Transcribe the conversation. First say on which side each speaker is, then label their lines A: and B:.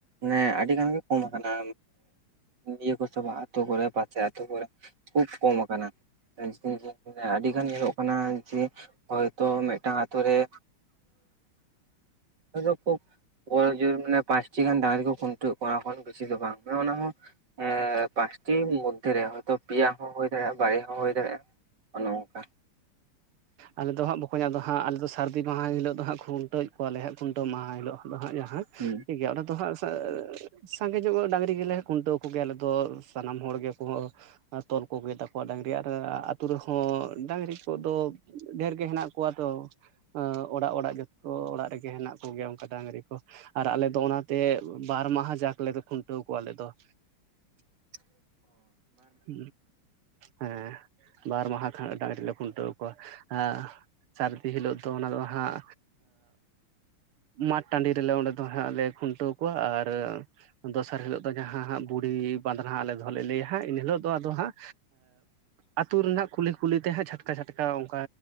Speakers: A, on the right; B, on the right.
A: ᱦᱮᱸ, ᱟᱹᱰᱤ ᱜᱟᱱ ᱜᱮ ᱠᱚᱢ ᱢᱟᱱᱮ, ᱤᱭᱟᱹ, ᱠᱚ ᱪᱟᱵᱟᱜᱼᱟ ᱟᱹᱛᱩ ᱠᱚᱨᱮ, ᱯᱟᱪᱮ ᱟᱹᱛᱩ ᱠᱚᱨᱮ, ᱠᱷᱩᱵ ᱠᱚᱢ ᱟᱠᱟᱱᱟ ᱾ ᱟᱭᱥᱮ ᱟᱭᱥᱮ, <inaudible> ᱟᱹᱰᱤ ᱧᱮᱞᱚᱜ ᱠᱟᱱᱟ ᱡᱮ, ᱦᱚᱭ ᱛᱳ ᱢᱤᱫᱴᱟᱝ, ᱟᱛᱳ ᱨᱮ ᱩᱡᱚ ᱠᱷᱩᱵ ᱵᱚᱲᱚ ᱡᱳᱨ ᱢᱟᱱᱮ, ᱯᱟᱸᱪ ᱴᱤ ᱜᱟᱱ, ᱰᱟᱝᱨᱤ ᱠᱚ, ᱠᱷᱩᱱᱴᱟᱹᱣ ᱠᱚᱣᱟ, ᱵᱤᱥᱤ ᱫᱚ ᱵᱟᱝ, ᱚᱱᱟ ᱦᱚ ᱮᱻ ᱯᱟᱸᱪ ᱴᱤ ᱢᱚᱫᱽᱫᱷᱮᱨᱮ, ᱦᱚ ᱦᱳᱭ ᱛᱚ, ᱯᱮᱭᱟ ᱦᱚᱸ ᱦᱩᱭ ᱫᱟᱲᱮᱭᱟᱜᱼᱟ, ᱵᱟᱨᱭᱟ ᱦᱚᱸ, ᱦᱩᱭ ᱫᱟᱲᱮᱭᱟᱜᱼᱟ ᱾ ᱚᱱᱮ, ᱚᱝᱠᱟ
B: ᱟᱞᱮ ᱫᱚ ᱦᱟᱸᱜ, ᱵᱚᱠᱚᱧ, ᱟᱫᱚ ᱦᱟᱸᱜ, ᱟᱞᱮ ᱫᱚ ᱥᱟᱹᱨᱫᱤ ᱢᱟᱦᱟ, ᱦᱤᱞᱳᱜ ᱫᱚ ᱦᱟᱸᱜ, ᱠᱷᱩᱱᱴᱟᱹᱣ ᱠᱚᱣᱟ ᱞᱮ ᱦᱟᱸᱜ, ᱠᱷᱩᱱᱴᱟᱹᱣ ᱢᱟᱦᱟ ᱦᱤᱞᱳᱜ ᱫᱚ ᱦᱟᱸᱜ ᱡᱟᱦᱟᱸ
A: ᱦᱩᱸᱻ ᱾
B: ᱴᱷᱤᱠ, ᱜᱮᱭᱟ ᱚᱱᱟ ᱫᱚ ᱦᱟᱸᱜ, ᱥᱟᱸᱻᱟᱸᱻ ᱾ ᱥᱟᱸᱜᱮ ᱧᱚᱜ, ᱰᱟᱹᱟᱝᱨᱤ ᱜᱮᱞᱮ, ᱠᱷᱩᱱᱴᱟᱹᱣ ᱠᱚ ᱜᱮᱭᱟ, ᱟᱞᱮ ᱫᱚ ᱥᱟᱱᱟᱢ ᱦᱚᱲ ᱜᱮ, ᱵᱚᱦᱚᱜ ᱛᱚᱞ ᱠᱚ, ᱜᱮ ᱛᱟᱠᱚᱣᱟ, ᱰᱟᱝᱨᱤ, ᱟᱨ, ᱟᱛᱳ ᱨᱮᱦᱚᱸ, ᱰᱟᱝᱨᱤ ᱟᱠᱚᱫᱚ, ᱰᱷᱮᱨ ᱜᱮ, ᱦᱮᱱᱟᱜ ᱠᱚᱣᱟ ᱛᱚ, ᱚᱻ, ᱚᱲᱟᱜ ᱚᱲᱟᱜ, ᱡᱚᱛᱚ ᱚᱲᱟᱜ ᱨᱮᱜᱮ, ᱦᱮᱱᱟᱜ ᱠᱚ ᱜᱮᱭᱟ, ᱚᱱᱠᱟ ᱰᱟᱝᱨᱤ ᱠᱚ ᱟᱨ, ᱟᱞᱮ ᱫᱚ ᱚᱱᱟᱛᱮ, ᱵᱟᱨ ᱢᱟᱦᱟ ᱡᱟᱠ ᱞᱮ, ᱠᱷᱩᱱᱴᱟᱹᱣ ᱠᱚᱣᱟ, ᱟᱞᱮ ᱫᱚ ᱾
A: ᱪᱮᱻᱜ ᱾
B: <inaudible> ᱦᱮᱸᱻ, ᱵᱟᱨ ᱢᱟᱦᱟ ᱠᱷᱟᱡ, ᱰᱟᱝᱨᱤ ᱞᱮ ᱠᱷᱩᱱᱴᱟᱹᱣ, ᱠᱚᱣᱟ, ᱟᱸᱻ ᱟᱨ ᱥᱟᱹᱨᱫᱤ ᱦᱤᱞᱳᱜ ᱫᱚ, ᱦᱟᱸᱻ ᱚᱱᱟ ᱫᱚ ᱦᱟᱸᱜ, ᱢᱟᱫ ᱴᱟᱺᱰᱤ ᱨᱮᱞᱮ, ᱚᱸᱰᱮ ᱫᱚ ᱦᱟᱸᱜ, ᱞᱮ ᱠᱷᱩᱱᱴᱟᱹᱣ ᱠᱚᱣᱟ, ᱟᱨ ᱫᱚᱥᱟᱨ ᱦᱤᱞᱳᱜ ᱡᱟᱦᱟᱸ ᱦᱟᱸᱜ ᱵᱩᱲᱦᱤ, ᱵᱟᱸᱫᱽᱱᱟ ᱦᱟᱸᱜ, ᱟᱞᱮ ᱫᱚ ᱞᱮ, ᱞᱟᱹᱭᱟ ᱦᱟᱸᱜ,, ᱮᱱᱦᱤᱞᱳᱜ ᱫᱚ, ᱟᱫᱚ ᱦᱟᱸᱜ ᱟᱹᱛᱩ ᱨᱮᱱᱟᱜ ᱠᱩᱞᱤ ᱠᱩᱞᱤ ᱛᱮ ᱦᱟᱸᱜ ᱪᱷᱟᱴ ᱠᱟ ᱪᱷᱟᱴᱠᱟ ᱚᱝᱠᱟ